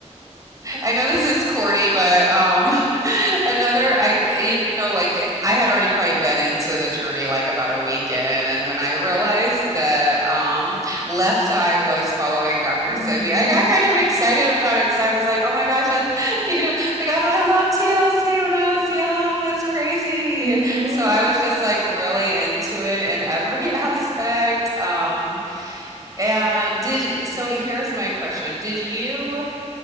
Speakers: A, on the right (about 30°); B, on the right (about 70°).
A: <laughs> I know this is corny, but um, <laughs> another, I, you know, like eh, I had already probably been into the journey like about a weekend, and when I realized that um, Left Eye was following Dr.
B: Mm
A: Sebi,
B: hmm.
A: I got kind of excited about it because I was like, oh my gosh, I, <laughs> you know, like oh, I love TLC when I was young. That's crazy.
B: Mm hmm.
A: So I was just like really into it in every <laughs> aspect. Um, And did so here's my question. Did you